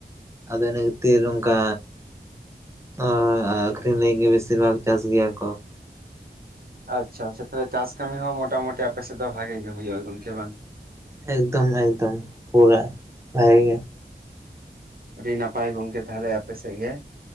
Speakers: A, on the right; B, on the right.
A: ᱟᱫᱚ ᱤᱱᱟᱹ ᱠᱷᱟᱛᱤᱨ ᱱᱚᱝᱠᱟ ᱚ ᱟᱠᱷᱨᱤᱧ ᱞᱟᱹᱜᱤᱫ ᱜᱮ ᱵᱤᱥᱤᱨ ᱵᱷᱟᱜᱽ ᱪᱟᱥ ᱜᱮᱭᱟ ᱠᱚ ᱾
B: ᱟᱪᱪᱷᱟ ᱟᱪᱪᱷᱟ ᱛᱟᱦᱚᱞᱮ ᱪᱟᱥ ᱠᱟᱹᱢᱤ ᱦᱚᱸ ᱢᱚᱴᱟᱢᱩᱴᱤ ᱟᱯᱮ ᱥᱮᱫ ᱫᱚ ᱵᱷᱟᱜᱮ ᱜᱮ ᱦᱩᱭᱩᱜᱼᱟ ᱜᱚᱝᱠᱮ ᱵᱟᱝ?
A: ᱮᱠᱫᱚᱢ ᱮᱠᱫᱚᱢ ᱯᱩᱨᱟ ᱵᱷᱟᱜᱮ ᱜᱮ ᱾
B: ᱟᱹᱰᱤ ᱱᱟᱯᱟᱭ ᱜᱚᱝᱠᱮ ᱛᱟᱦᱚᱞᱮ ᱟᱯᱮ ᱥᱮᱜ ᱜᱮ ᱾